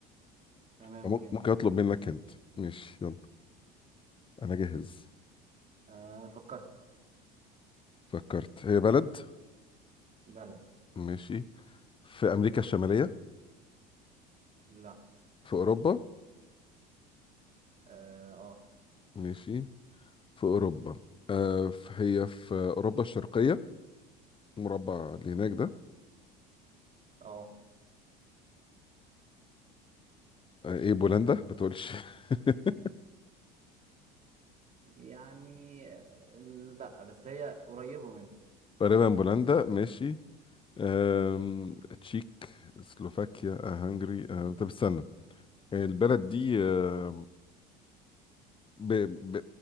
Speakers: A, on the right; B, on the left.
A: تمام
B: فمم-
A: أوكي مفيش
B: ممكن اطلب
A: مشكلة
B: منك هنت ماشي يلا انا جاهز
A: أه فكرت
B: فكرت هي بلد
A: بلد
B: ماشي في امريكا الشماليه
A: لا
B: في اوروبا
A: أه أه
B: ماشي في اوروبا آه ف- هي في اوروبا الشرقيه المربع اللي هناك ده
A: آه.
B: آه ايه بولندا ما تقولش <laughs>
A: يعني لا بس هي قريبة منها
B: تقريبا بولندا ماشي أم... تشيك سلوفاكيا آه، هنغري أه... طب استنى البلد دي أم، ب... ب...